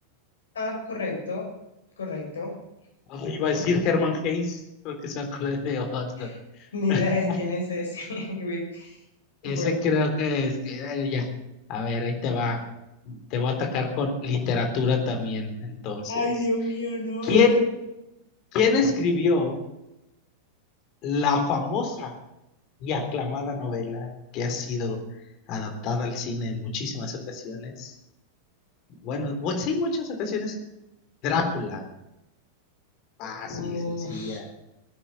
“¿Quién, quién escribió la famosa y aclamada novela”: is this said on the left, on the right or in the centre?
Left